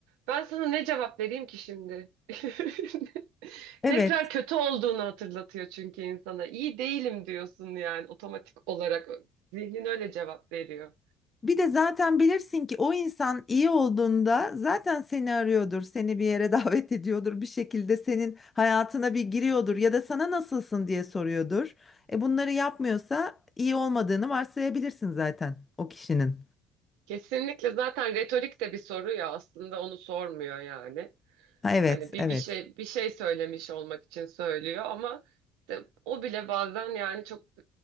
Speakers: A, on the right (about 70°); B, on the left (about 25°).
A: Ben sana ne cevap vereyim ki şimdi? <laughs>
B: Evet.
A: Tekrar kötü olduğunu hatırlatıyor çünkü insana. İyi değilim diyorsun yani otomatik olarak. Zihnin öyle cevap veriyor.
B: Bir de zaten bilirsin ki o insan iyi olduğunda zaten seni arıyordur, seni bir yere <laughs> davet ediyordur, bir şekilde senin hayatına bir giriyordur ya da sana nasılsın diye soruyordur. E bunları yapmıyorsa iyi olmadığını varsayabilirsin zaten o kişinin.
A: Kesinlikle zaten retorik de bir soru ya aslında onu sormuyor yani.
B: Ha, evet,
A: Hani bir
B: evet.
A: bir şey bir şey söylemiş olmak için söylüyor ama işte o bile bazen yani çok